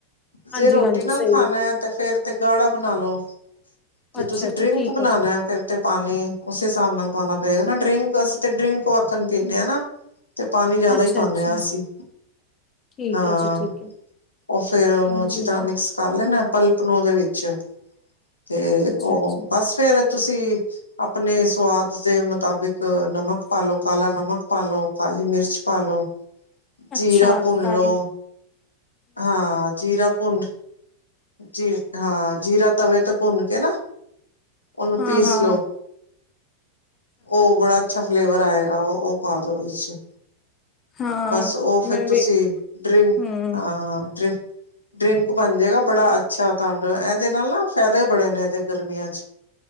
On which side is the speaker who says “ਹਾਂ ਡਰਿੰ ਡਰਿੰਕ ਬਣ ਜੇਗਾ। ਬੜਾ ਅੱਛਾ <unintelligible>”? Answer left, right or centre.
Left